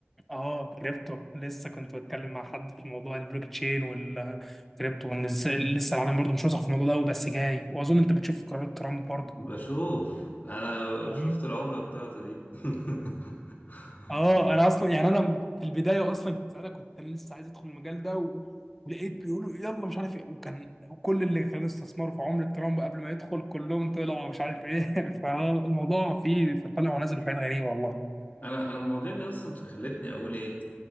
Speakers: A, in the centre; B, on the left (about 40°).
A: اه كريبتو لسه كنت بتكلم مع حد في موضوع البلوك تشين والكريبتو وان إز- لسه العالم برضه مش واثق في الموضوع ده قوي بس جاي واظن انت بتشوف قرارات ترامب برضه
B: بشوف انا
A: فاهم؟
B: شفت العملة بتاعته دي <laughs>
A: اه انا اصلا يعني انا في البدايه اصلا كنت ساعتها كنت انا لسه عايز ادخل المجال ده و... ولقيت بيقولوا يلا مش عارف ايه وكان وكل اللي كانوا استثمروا في عمله ترامب قبل ما يدخل كلهم طلعوا مش عارف ايه <laughs> فالموضوع فيه طلع ونزل حاجات غريبه والله
B: انا انا المواضيع دي اصلا خلتني اقول ايه